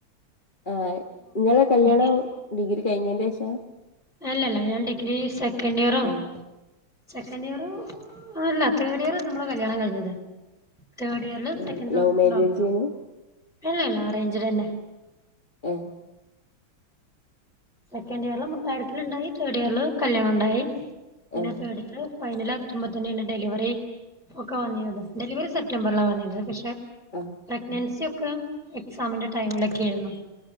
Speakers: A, on the left; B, in the centre.
A: ആഹ് നിങ്ങളെ കല്യാണം
B: ഡിഗ്രി
A: ഡിഗ്രി കഴിഞ്ഞന്റെ ശേഷാ
B: അല്ലല്ല ഞാൻ ഡിഗ്രി സെക്കൻഡ് ഇയറാകുമ്പോ
A: ആഹ്
B: സെക്കൻഡ് ഇയറ് ആല്ല തേർഡ് ഇയർ എത്തുമ്പളാ കല്യാണം കഴിഞ്ഞത് തേർഡ് ഇയർൽ
A: ഉം
B: സെക്കൻഡ് സെമസ്റ്ററ്
A: ലവ് മാരേജേനു
B: ഇല്ലല്ല റേഞ്ച് തന്നെ
A: <inaudible>
B: സെക്കൻഡ് ഇയറിൽ മുട്ടാടുക്കൽ ഉണ്ടായി തേർഡ് ഇയറിൽ കല്യാണം ഉണ്ടായി പിന്നെ
A: ആഹ്
B: തേർഡ് ഇയൽ ഫൈനൽ എത്തുമ്പോ തന്നെയാണ് ഡെലിവറി ഒക്കെ വന്നിത് ഡെലിവറി സെപ്റ്റംബറിലാണ് വന്നിരത് പക്ഷെ
A: ആഹ്
B: പ്രഗ്നൻസി ഒക്കെ എക്സാമിന്റെ ടൈമിലൊക്കെ ആയിരുന്നു